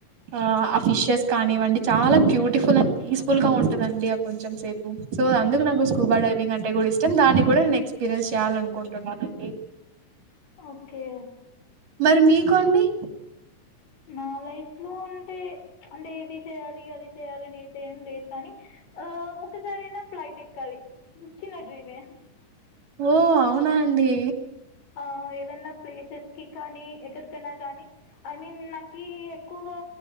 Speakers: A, on the right (about 75°); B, on the left (about 80°).
A: ఆ ఆ ఫిషెస్ కాని ఇవ్వండి చాలా బ్యూటిఫుల్ అన్ పీస్ఫుల్ గా ఉంటదండి కొంచెం సేపు సో అందుకు నాకు స్కూబా డ్రైవింగ్ అంటే కూడా ఇష్టం. దాన్ని కూడా నేను ఎక్స్పీరియన్స్ చేయాల అనుకుంటున్నానండి.
B: ఓకే
A: మరి మీకు అండి
B: నా లైఫ్ లో అంటే ప్చ్ అంటే ఇది ఏది చెయాలి అది చేయాలి అని ఏం లేదు కానీ ఆ ఒకసారియినా ఫ్లైట్ ఎక్కాలి చిన్న డ్రీమే
A: ఓ అవునా అండి
B: ఆ ఏదనా ప్లేసెస్ కి కానీ ఎక్కడికైనా కానీ ఐ మీన్ నాకి ఎక్కువగా